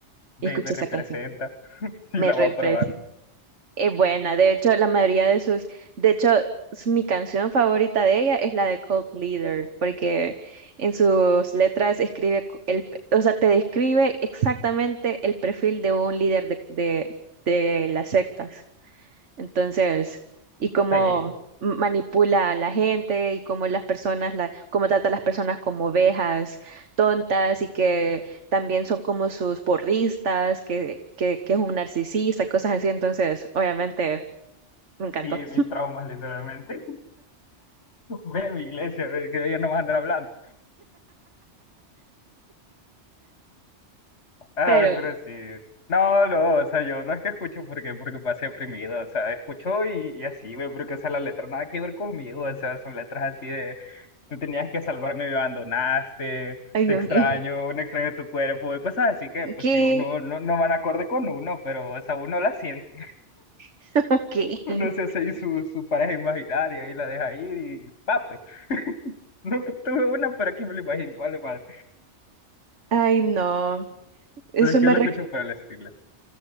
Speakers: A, on the left; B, on the right.
A: ve,
B: Y escuché
A: me
B: esa
A: representa,
B: canción.
A: sí
B: Me
A: la
B: representa.
A: voy a probar,
B: Es buena, de hecho, la mayoría de sus, de hecho, s- mi canción favorita de ella es la de Cult Leader, porque en sus letras escribe cu- el, pe- o sea, te describe exactamente el perfil de un líder de, de, de las sectas. Entonces, y cómo
A: sí,
B: m- manipula a la gente y cómo las personas, la, cómo trata a las personas como ovejas tontas y que también son como sus porristas, que, que, que es un narcisista, cosas así. Entonces, obviamente, me encantó.
A: sí, mis traumas literalmente, <laughs> ve a mi iglesia, ve, que ella no va a andar hablando. Ay,
B: Pero,
A: pero sí. No, no, o sea, yo no es que escucho porque, porque pase deprimido, o sea, escucho y, y así, güey, porque, o sea, la letra nada que ver conmigo, o sea, son letras así de, tú tenías que salvarme, me abandonaste,
B: ay Dios
A: te extraño,
B: mío,
A: un extraño de tu cuerpo, y cosas así que, pues
B: ¿qué?
A: sí, uno no, no van acorde con uno, pero, o sea, uno la siente,
B: <laughs> ¿Qué?
A: <laughs> uno se hace ahí su, su pareja imaginaria y la deja ir y, pape, <laughs> nunca tuve una, pero aquí me lo imagino, vale, madre,
B: Ay no, eso
A: pero es que
B: me,
A: yo lo
B: re-
A: escucho por el estilo.